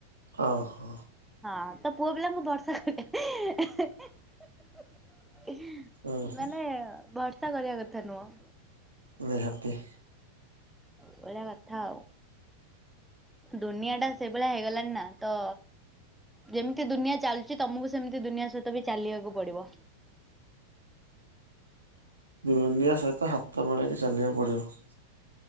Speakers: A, on the right; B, in the centre.
A: ଅ ହ।
B: ହଁ, ତ ପୁଅ ପିଲାଙ୍କୁ ଭରସା କଲେ ହେ-ହେ-ହେ-ହେ-ହେ-ହିଁ-ହିଁ-ହିଁ-ହିଁ
A: ହୁଁ ହୁଁ
B: ମାନେ ଭରସା କରିବା କଥା ନୁହଁ।
A: ନିହାତି।
B: ଏଇଭଳିଆ କଥା ଆଉ। ଦୁନିଆଟା ସେଇଭଳିଆ ହେଇଗଲାଣିି ନା, ତ ଯେମତି ଦୁନିଆ ଚାଲୁଚି ତମକୁ ସେମତି ଦୁନିଆ ସହିତ ବି ଚାଲିବାକୁ ପଡିବ।
A: ଦୁନିଆ ସହିତ ହାତ ମିଳେଇକି ଚାଲିବାକୁ ପଡ଼ିବ।